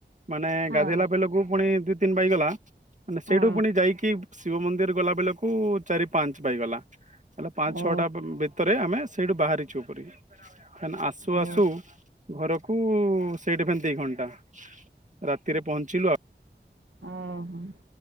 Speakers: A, on the right; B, on the right.
A: ମାନେ
B: ହଁ
A: ଗାଧେଇଲା ବେଲକୁ ପୁଣି ତିନ ବାଜିଗଲା ମାନେ ସେଇଠୁ
B: ହଁ
A: ପୁଣି ଯାଇକି ଶିବ ମନ୍ଦିର ଗଲା ବେଳକୁ ଚାରି ପାଞ୍ଚ ପାଇଗଲା ତାଲେ ପାଞ୍ଚ ଛଅଟା
B: ଓ
A: ଭିତରେ ଆମେ ସେଇଠୁ କ ଆସୁ
B: ଓ
A: ଆସୁ ଘର କୁ ସେଇଠି ଫିନି ଦି ଘଣ୍ଟା ରାତିରେ ପହଞ୍ଚିଲୁ ଆଉ
B: ଓହୋ